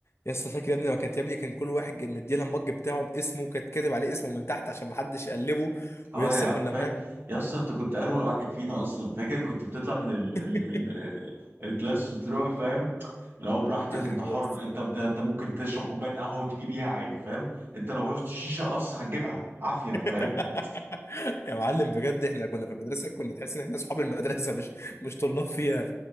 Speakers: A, on the left; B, on the right.
A: يسا فاكر يا ابني لما كانت يا ابني كان كل واحد مديلها المج بتاعه باسمه كانت كاتب عليه اسمه من تحت عشان محدش يقلبه
B: اه
A: ويسا
B: يا عم
A: كنا
B: فاكر
A: فاهم
B: يا اسطى انت كنت اروق واحد فينا اصلا فاكر كنت بتطلع من ال... ال...
A: <laughs>
B: ال... الكلاس وتروح فاهم لو براحتك
A: يا لهوي
B: انت حر
A: يسا
B: انت بت... انت ممكن تشرب كوبايه قهوه وتيجي بيها عادي فاهم انت لو عوزت شيشه قص هتجيبها عافيه
A: <laughs>
B: فاهم <laughs>
A: يا معلم بجد احنا كنا في المدرسة كنا تحس ان احنا اصحاب المدرسة مش مش طلاب فيها